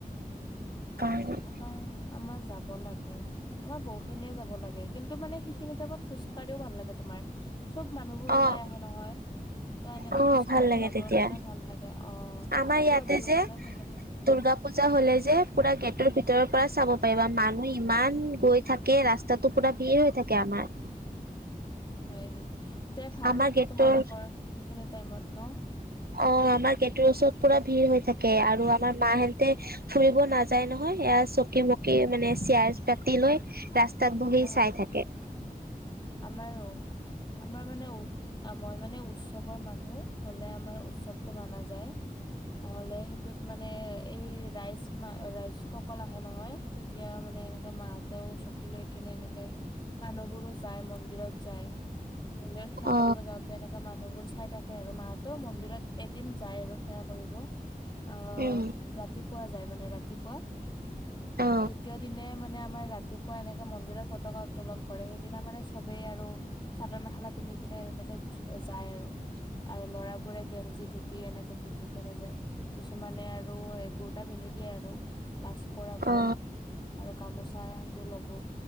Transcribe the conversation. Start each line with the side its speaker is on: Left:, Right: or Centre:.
Right: কাৰণ-
Left: আমাৰ আমাৰ যাব লাগে, আমাৰ বহু- এনেই যাব লাগে কিন্তু মানে সেইখিনি টাইমত খোজ কাঢ়িও ভাল লাগে তোমাৰ। চব মানুহবোৰ ওলাই
Right: অ',
Left: আহে নহয়। ত এনেকে
Right: অ',
Left: খোজকাঢ়ি
Right: ভাল লাগে
Left: যাবৰ
Right: তেতিয়া
Left: কাৰণে ভাল লাগে অঁ,
Right: আমাৰ ইয়াতে
Left: অলপ দূৰ
Right: যে
Left: হলেও ভাল লাগে।
Right: দুৰ্গা পুজা হলে যে পুৰা গেটৰ ভিতৰৰ পৰা চাব পাৰিবা মানুহ ইমান গৈ থাকে ৰাস- তাতো পুৰা ভিৰ হৈ থাকে আমাৰ।
Left: হয় নেকি? তে ভাল
Right: আমাৰ
Left: লাগে
Right: গেটৰ
Left: তোমালোকৰ সেইখিনি টাইমত ন।
Right: অঁ আমাৰ গেটৰ ওচৰত পুৰা ভিৰ হৈ থাকে, আৰু আমাৰ মাহেঁতে- ফুৰিব নাযায় নহয়, এয়া চকী মকি মানে চিয়াছ পাতি লৈ- ৰাস্তাত বহি
Left: অ
Right: চাই থাকে।
Left: আমাৰো, আমাৰ মানে উ- মই মানে উৎসৱৰ মানুহ হলে আমাৰ উৎসৱটো মানা যায়। নহলে সেইটোত মানে এই ৰাইজ মা ৰাইজ সকল আহে নহয়, তেতিয়া মানে- এ মাহঁতেও চকী লৈ কিনে এনেকে মানুহবোৰো যায় মন্দিৰত যায়। মন্দিৰত সেৱা
Right: অ
Left: কৰিব যাওঁতে এনেকে মানুহবোৰ চাই থাক- সেয়া আৰু মাহতো মন্দিৰত এদিন যায় আৰু সেৱা কৰিব, আঁহ-
Right: উম
Left: ৰাতিপুৱা যায় মানে ৰাতিপুৱা।
Right: অ
Left: দ্বিতীয় দিনে মানে আমাৰ ৰাতিপুৱা এনেকে মন্দিৰত পতাকা উত্তোলন কৰে সেই- সিদিনা মানে চবেই আৰু চাদৰ মেখেলা পিন্ধি কিনে এনেকে যায় আৰু। আৰু লৰাবোৰে গেঞ্জি ধুতি এনেকে পিন্ধিকেনে যায়। কিছুমানে আৰু এ কুুৰ্তা পিন্ধি দিয়ে আৰু। লাচ কৰা বোৰে,
Right: অ
Left: আৰু গামোচাটো লব